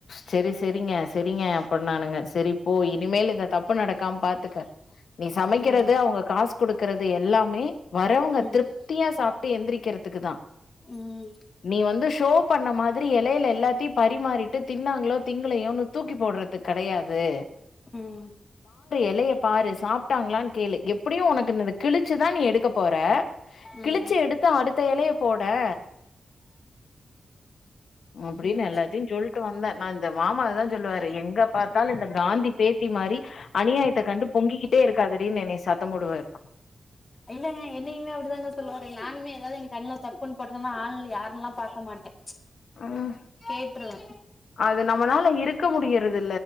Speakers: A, on the left (about 80°); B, on the left (about 30°).
A: செரி செரிங்க செரிங்க அப்டின்னானுங்க செரி போ இனிமேல் இந்த தப்பு ப்பு நடக்காம பாத்துக்க நீ சமைக்கிறது
B: ம்
A: அவுங்க காசு குடுக்குறது எல்லாமே வரவுங்க
B: ம்
A: திருப்தியா சாப்ட்டு எந்திரிக்கிறதுக்கு தா
B: ம்
A: நீ வந்து ஷோ பண்ண மாதிரி எலையில எல்லாத்தையு பரிமாறிட்டு தின்னாங்களோ திங்களையோனு தூக்கி போட்றது கெடையாது
B: ம்
A: எலைய பாரு சா டாங்களானு கேளு எப்டியு உனக்கு இந்த ந்த கிழிச்சு தா நீ எடுக்க போற
B: ம்
A: கிளிச்சு எடுத்து அடுத்த எலைய ய போடே அப்டின்னு
B: ம்
A: எல்லாத்தையு சொல்ட் வந்தே நா இந்த மாமாதா சொல்லுவாரு எங்க பாத்தாலு இந்த காந்தி பேத் தி மாரி அநியாயத்த கண்டு பொங்கிக்கிட்டே இருக்காதடின்னு என்னய சத்தோ போடுவாரு
B: இல்லங்க என்னையுமே அப்டிதாங்க சொல்லுவாரு நானுமே எதாவது எங்க கண்ணுல தப்புன்னு படுதுனா ஆள் யாருனுல்லா பாக்க மாட்டே
A: ம்
B: கேட்ருவே
A: அது நம்மனால இருக்க முடியுறது